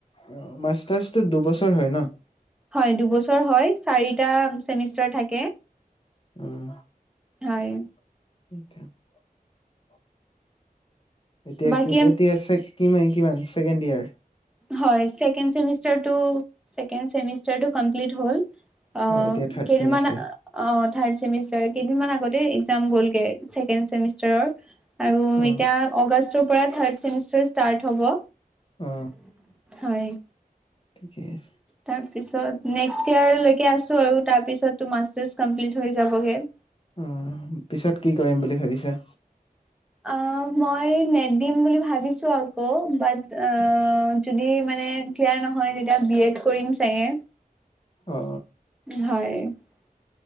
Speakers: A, on the left (about 35°); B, in the centre.
A: অ'! মাষ্টাৰ্চটো দুবছৰ হয় ন'?
B: হয়। দুবছৰ হয়! চাৰিটা চেমিষ্টাৰ থাকে।
A: উম!
B: হয়!
A: <unintelligible> এতিয়া
B: বাকী
A: কি, এতিয়া আছে কিমান, কিমান ছেকেণ্ডয়েৰ।
B: হয়! ছেকেণ্ড চেমিষ্টাৰতো, ছেকেণ্ড চেমিষ্টাতো কমপ্লিট হ'ল। অ'!
A: এতিয়া থাৰ্ড
B: কেইদিনমান
A: চেমিষ্টাৰ
B: অ'! থাৰ্ড চেমিষ্টাৰ কেইদিন মান আগতে এ, এক্সাম গ'লগে। ছেকেণ্ড চেমি ষ্টাৰৰ আৰু
A: অ
B: এতিয়া আগষ্টৰ পৰা ৰ্থাড চেমিষ্টাৰ ষ্টাৰ্ট হ'ব।
A: অ
B: হয়।
A: ঠিকে আছে।
B: তাৰ পিছত নেক্সট ইয়েৰ লৈকে আছোঁ আৰু। তাৰ পিছততো মাষ্টাৰ্চ কম্পিলিত হৈ যাব। ে <unintelligible>
A: অঁহ ', পিছত কি কৰিম বুলি ভাবিছে?
B: অঁহ ', মই নেট দিম বুলি ভাবিছোঁ আকৌ। বাট যদি মানে ক্লিয়াৰ নহয় যেতিয়া বি এড। কৰিম চাগে।
A: অ
B: হয়। <unintelligible>